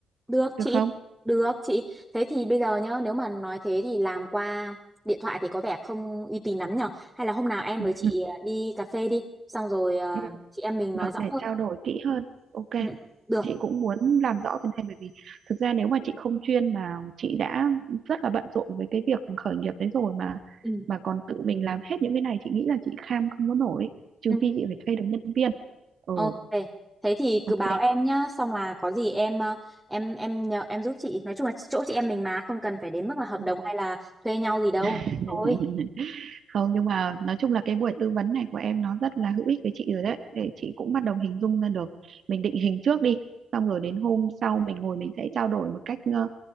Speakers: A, in the centre; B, on the right (about 55°).
A: Được chị,
B: được không
A: được chị. Thế thì bây giờ nhá, nếu mà nói thế thì làm qua điện thoại thì có vẻ không uy tín lắm nhở. Hay là hôm nào em
B: <laughs>
A: với chị ờ, đi cà phê đi, xong rồi ờ,
B: Ừ,
A: chị em mình
B: được
A: nói rõ
B: để
A: hơn.
B: trao đổi kỹ hơn ok
A: Ừ, được.
B: chị cũng muốn làm rõ cái này bởi vì thực ra nếu mà chị không chuyên mà chị đã rất là bận rộn với cái việc khởi nghiệp đấy rồi mà
A: Ừ.
B: mà còn tự mình làm hết những cái này chị nghĩ là chị kham không có nổi trừ
A: Ừ,
B: phi chị phải thuê được nhân viên ừ
A: ok. Thế thì cứ
B: ok
A: báo em nhá, xong là có gì em ờ, em em nhờ em giúp chị. Nói chung là chỗ chị em mình mà không cần phải đến mức là hợp
B: ừ.
A: đồng hay là thuê nhau gì đâu.
B: <laughs>
A: Thôi.
B: không nhưng mà nói chung là cái buổi tư vấn này của em nó rất là hữu ích với chị rồi đấy để chị cũng bắt đầu hình dung ra được mình định hình trước đi xong rồi đến hôm sau mình ngồi mình sẽ trao đổi một cách ờ,